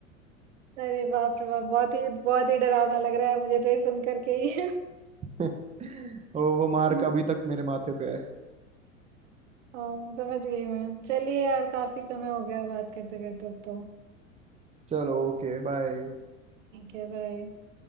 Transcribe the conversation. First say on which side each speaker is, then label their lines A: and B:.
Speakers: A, on the right; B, on the right.
A: अरे बाप रे बाप बहुत ही बहुत ही डरावना लग रहा है मुझे तो ये सुन करके ही
B: <laughs> और वो मार्क
A: <laughs>
B: अभी तक मेरे माथे पे है
A: हाँ समझ गई मैं चलिए यार काफी समय हो गया बात करते करते अब तो
B: चलो ओके बाय
A: ठीक है बाय